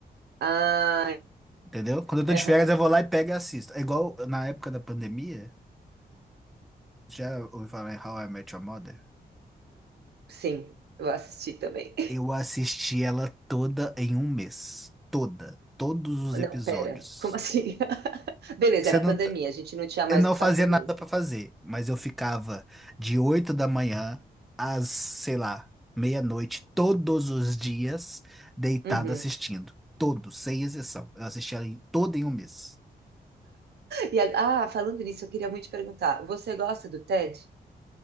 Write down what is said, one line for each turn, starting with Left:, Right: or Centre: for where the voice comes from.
Right: Ah,
Centre: Entendeu? Quando eu tô
Right: é,
Centre: de férias, eu vou lá e pego e assisto. É igual na época da pandemia, já ouvi falar em How I Met Your Mother?
Right: sim, eu assisti também.
Centre: Eu assisti ela toda em um mês. Toda. Todos os
Right: Não,
Centre: episódios.
Right: pera, como assim? <laughs> Beleza,
Centre: Você
Right: era
Centre: não,
Right: pandemia,
Centre: t-
Right: a gente não tinha mais
Centre: eu não
Right: o que
Centre: fazia
Right: fazer
Centre: nada
Right: mesmo.
Centre: pra fazer, mas eu ficava de 8 da manhã às, sei lá, meia-noite, todos os dias, deitado
Right: Uhum.
Centre: assistindo. Todos, sem exceção. Eu assisti ela em- toda em um mês.
Right: E, a- ah, falando nisso, eu queria muito te perguntar, você gosta do Ted?